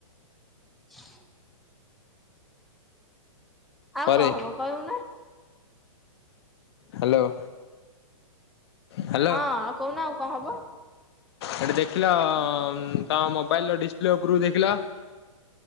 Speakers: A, in the centre; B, on the left.
A: ହ <inaudible> ଆଉ
B: ପରେ
A: କଣ ହବ କହିବୁ ନା?
B: ହ୍ୟାଲୋ। ହ୍ୟାଲୋ
A: ହଁ ଆଉ କହୁନା ଆଉ କଣ ହବ?
B: ହେଟି ଦେଖିଲ ଉଁ ତମ ମୋବାଇଲ ର ଡିସପ୍ଲେ ଉପରକୁ ଦେଖିଲ।